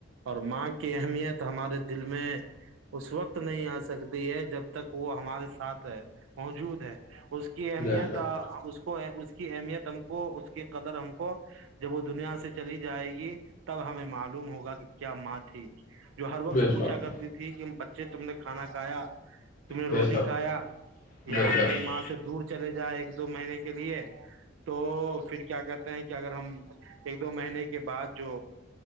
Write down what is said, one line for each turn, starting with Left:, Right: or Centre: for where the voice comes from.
Right: اور ماں کی اہمیت ہمارے دل میں اس وقت نہیں آ سکتی ہے جب تک وہ ہمارے ساتھ ہے موجود ہے اس کی اہمیت
Left: بے شک
Right: اس کو اس کی اہمیت ہم کو اس کی قدر ہم کو جب وہ دنیا سے چلی جائے گی تب ہمیں معلوم ہوگا کہ کیا ماں تھی جو ہر وقت
Left: بے
Right: پوچھا
Left: شک
Right: کرتی تھی کہ بچے تم نے کھانا کھایا تم نے روٹی
Left: بے شک
Right: کھایا یا
Left: بے
Right: ہم
Left: شک
Right: کہیں ماں سے دور چلے جائے گ دو مہینے کے لیے تو پھر کیا کرتے ہیں کہ اگر ہم ایک دو مہینے کے بعد جو